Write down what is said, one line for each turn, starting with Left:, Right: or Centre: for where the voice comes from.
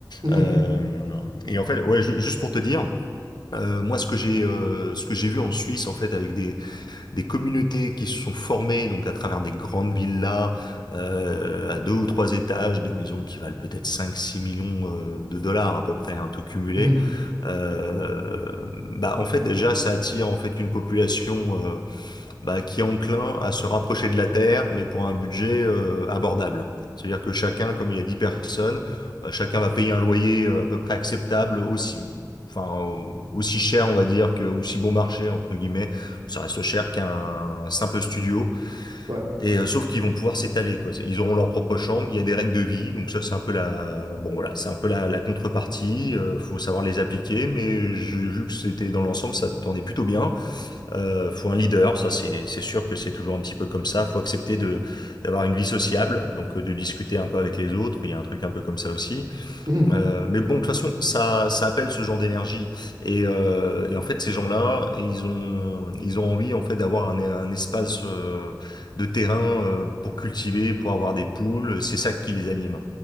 Right: Mmh.
Left: Euh, et en fait, ouais, ju- juste pour te dire, euh, moi, ce que j'ai, euh, ce que j'ai vu en Suisse, en fait, avec des des communautés qui se sont formées donc à travers des grandes villas euh, à deux ou trois étages, des maisons qui valent peut-être cinq six millions euh, de dollars à peu près, hein, tout cumulé.
Right: Mmh.
Left: Euh, bah en fait déjà ça attire en fait une population euh, bah, qui est enclin à se rapprocher de la Terre, mais pour un budget euh, abordable. C'est-à-dire que chacun, comme il y a 10 personnes, bah, chacun va payer un loyer euh, à peu près acceptable, aussi, enfin, euh, aussi cher, on va dire, que, aussi bon marché, entre guillemets, ça reste cher qu'un simple studio.
Right: Ouais.
Left: Et euh, sauf qu'ils vont pouvoir s'étaler, quoi. C'est- Ils auront leur propre chambre, il y a des règles de vie, donc ça, c'est un peu la, bon, voilà, c'est un peu la, la contrepartie, euh, faut savoir les appliquer, mais j'ai vu que c'était dans l'ensemble, ça tournait plutôt bien. Euh, faut un leader, ça c'est c'est sûr que c'est toujours un petit peu comme ça. Faut accepter de d'avoir une vie sociable, donc euh, de discuter un peu avec les autres. Il y a un truc un peu comme ça aussi.
Right: Mmh.
Left: Euh, mais bon, de toute façon, ça, ça appelle ce genre d'énergie. Et, euh, et en fait, ces gens-là, ils ont, ils ont envie en fait d'avoir un, un espace euh, de terrain euh, pour cultiver, pour avoir des poules. C'est ça qui les anime.